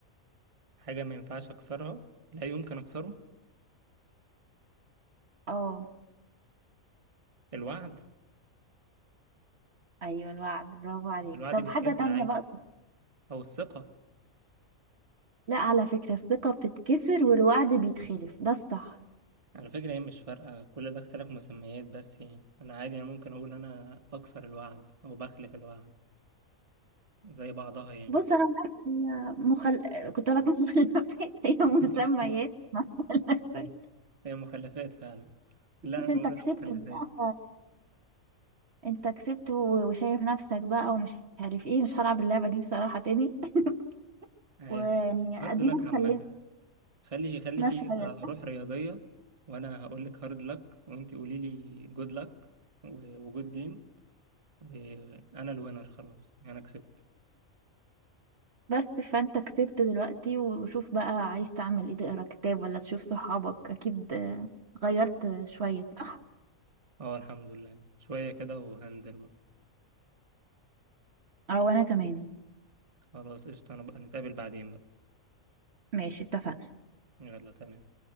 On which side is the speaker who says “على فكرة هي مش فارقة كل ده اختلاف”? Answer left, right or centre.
Right